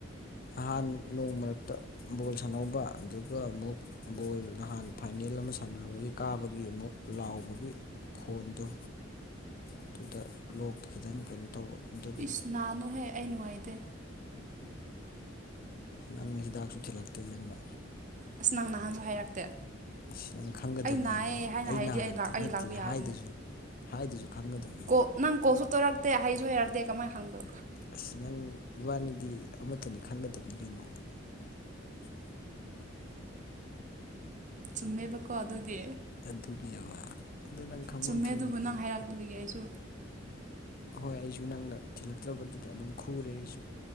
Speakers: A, on the left; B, on the right.
A: ꯑꯍꯥꯟ ꯅꯣꯡ ꯃꯔꯛꯇ ꯕꯣꯜ ꯁꯥꯟꯅꯧꯕ ꯑꯗꯨꯒ ꯑꯃꯨꯛ ꯕꯣꯜ ꯅꯍꯥꯟ ꯐꯥꯏꯅꯦꯜ ꯑꯃ ꯁꯥꯟꯅꯕꯒꯤ ꯀꯥꯕꯒꯤ ꯑꯃꯨꯛ ꯂꯥꯎꯕꯒꯤ ꯈꯣꯟꯗꯣ ꯑꯗꯨꯗ ꯂꯣꯛꯇ ꯈꯤꯇꯪ ꯀꯩꯅꯣ ꯇꯧꯕ ꯑꯗꯨꯒꯤꯅꯤ
B: ꯏꯁ ꯅꯥꯅꯨꯍꯦ ꯑꯩ ꯅꯨꯡꯉꯥꯏꯗꯦ
A: ꯅꯪ ꯍꯤꯗꯥꯛꯁꯨ ꯊꯤꯜꯂꯛꯇꯦ ꯅꯪꯅ
B: ꯑꯁ ꯅꯪ ꯅꯍꯥꯟꯁꯨ ꯍꯥꯏꯔꯛꯇꯦ
A: ꯑꯁ ꯅꯪ ꯈꯪꯒꯗꯕꯅꯤ
B: ꯑꯩ ꯅꯥꯏꯌꯦ
A: ꯅꯪ
B: ꯍꯥꯏꯅ
A: ꯑꯩ
B: ꯍꯥꯏꯔꯗꯤ
A: ꯅꯥꯔꯗꯤ
B: ꯑꯩ
A: ꯅꯠꯇꯤꯌꯦ
B: ꯂꯥꯛꯄ ꯌꯥꯕꯅꯦ
A: ꯍꯥꯏꯗꯁꯨ ꯍꯥꯏꯗꯁꯨ ꯈꯪꯒꯗꯕꯅꯤ
B: ꯀꯣꯜ ꯅꯪ ꯀꯣꯜꯁꯨ ꯇꯧꯔꯛꯇꯦ ꯍꯩꯖꯨ ꯍꯩꯔꯛꯇꯦ ꯀꯃꯥꯏꯅ ꯍꯪꯗꯣ
A: ꯑꯁ ꯅꯪ ꯏꯕꯥꯅꯤꯗꯤ ꯑꯃꯠꯇꯅꯤ ꯈꯟꯒꯗꯕꯅꯤ ꯀꯩꯅꯣ
B: ꯆꯨꯝꯃꯦꯕꯀꯣ ꯑꯗꯨꯗꯤ
A: ꯑꯗꯨꯅꯦꯕ ꯑꯗꯨ ꯅꯪ ꯈꯪꯐꯝ
B: ꯆꯨꯝꯃꯦ
A: ꯊꯣꯛꯏꯅꯦ
B: ꯑꯗꯨꯕꯨ ꯅꯪ ꯍꯥꯏꯔꯛꯇꯕꯒꯤ ꯑꯩꯁꯨ
A: ꯍꯣꯏ ꯑꯩꯖꯨ ꯅꯪꯅ ꯊꯤꯜꯂꯛꯇ꯭ꯔꯕꯗꯤꯅ ꯑꯗꯨꯝ ꯈꯨꯔꯦ ꯑꯩꯁꯨ